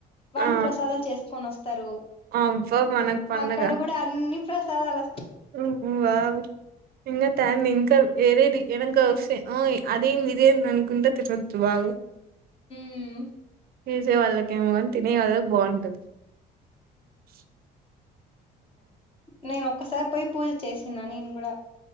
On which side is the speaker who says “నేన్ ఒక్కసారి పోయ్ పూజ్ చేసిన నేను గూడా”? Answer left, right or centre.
Left